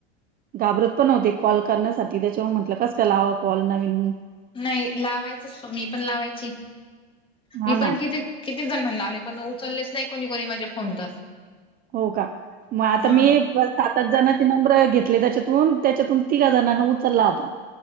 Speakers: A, on the right; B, on the left.
A: घाबरत पण होते, कॉल करण्यासाठी त्याच्यामुळे म्हटलं कस काय लावावा कॉल नवीन.
B: नाही, लावायचच, मी पण लावायची.
A: हां
B: मी
A: ना
B: पण किती किती जणांना लावले, पण न उचललेच नाही कोणी, कोणी माझे फोन तर.
A: हो का? मग आता
B: हा.
A: मी सात, आठ जणांचे नंब्र घेतले त्याच्यातून, त्याच्यातून तिघाजणांना उचलला होता.